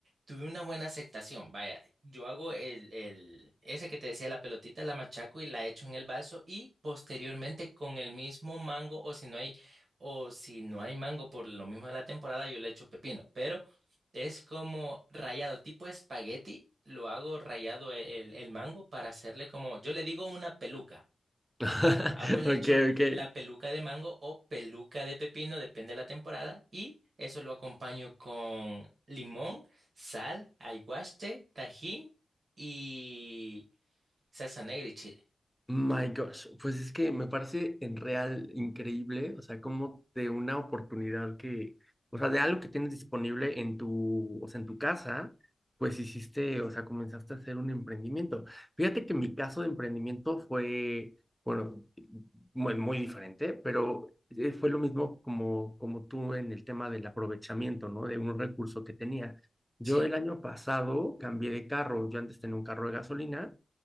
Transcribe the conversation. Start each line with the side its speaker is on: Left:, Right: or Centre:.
Right: tuve una buena aceptación. Vaya, yo hago el, el, ese que te decía, la pelotita, la machaco y la echo en el vaso y posteriormente con el mismo mango o si no hay, o si no hay mango por lo mismo de la temporada, yo le echo pepino. Pero es como rayado, tipo espagueti, lo hago rayado el, el mango para hacerle como, yo le digo una peluca.
Centre: <laughs>
Right: Ah, pues le
Centre: Ok,
Right: echo
Centre: ok.
Right: la peluca de mango o peluca de pepino, depende de la temporada. Y eso lo acompaño con limón, sal, aguaste, tajín y salsa negra y chile.
Centre: My gosh, pues es que me parece en real increíble, o sea, como de una oportunidad que, o sea, de algo que tienes disponible en tu, o sea, en tu casa, pues hiciste, o sea, comenzaste a hacer un emprendimiento. Fíjate que mi caso de emprendimiento fue, bueno, muy, muy diferente, pero eh, fue lo mismo como, como tú en el tema del aprovechamiento, ¿no? De un recurso que tenía. Yo
Right: Sí,
Centre: el año pasado cambié de carro, yo antes tenía un carro de gasolina